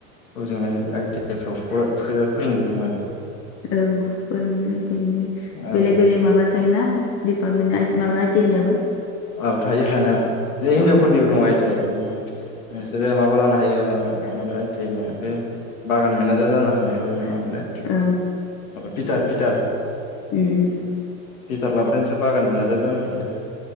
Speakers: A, on the left; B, on the left.
A: हजोंहाय आइ थि आइ फ्राव फोरोंजोबो माने
B: ओं बिदिनो
A: औ
B: बेलेग बेलेग माबाथाय ना दिडिपार्मेन्ट माबा आइ थि आइ नाबो
A: औ थायो थानायालाय हिनजावफोरनिबो
B: औ
A: दङ आइ थि आइ बिदिनो नोंसोरो माबा लानो हायो ओ बे बागान मेनेजार जानो हानाया मामोनलाय
B: ओं
A: पिटार पिटार
B: ओं
A: पिथार लाबाथाय नोंसोर बागान मेनाजार जानो हायो आरो